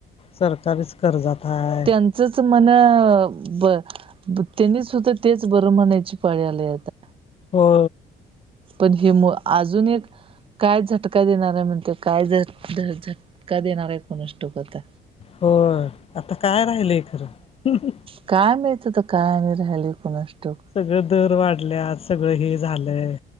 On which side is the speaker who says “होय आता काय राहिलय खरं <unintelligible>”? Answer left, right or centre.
Left